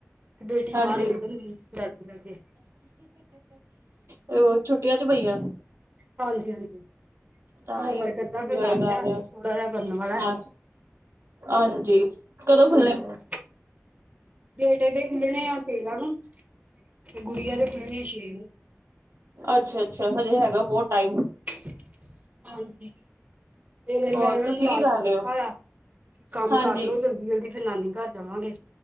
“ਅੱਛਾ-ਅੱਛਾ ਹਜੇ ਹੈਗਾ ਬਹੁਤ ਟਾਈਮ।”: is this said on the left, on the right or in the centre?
Right